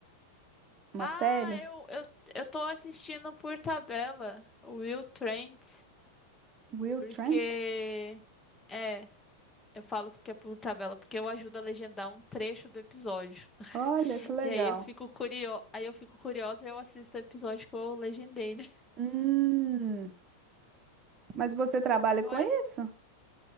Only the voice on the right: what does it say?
uma
série?
Will
Trent?
Olha que legal.
Hum, mas você trabalha
com
isso?